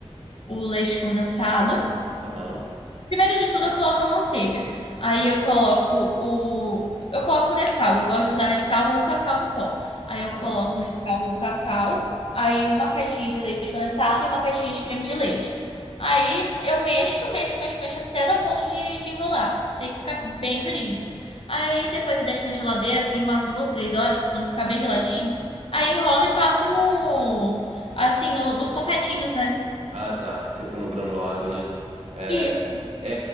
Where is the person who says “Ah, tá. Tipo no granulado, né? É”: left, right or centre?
Right